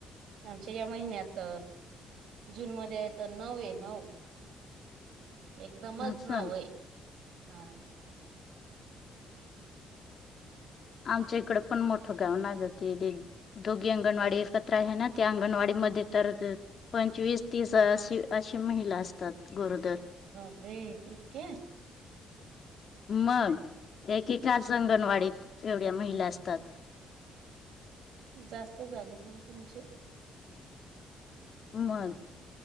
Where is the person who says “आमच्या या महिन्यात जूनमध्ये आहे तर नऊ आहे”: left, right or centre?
Right